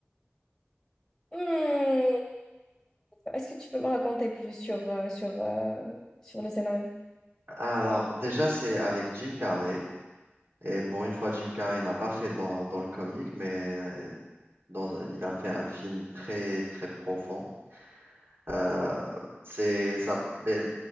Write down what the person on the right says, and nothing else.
Alors, déjà, c'est avec Jim Carrey. Et pour une fois, Jim Carrey n'a pas fait dans, dans le comique, mais euh, dans, il a fait un film très, très profond. Euh, c'est ça, les-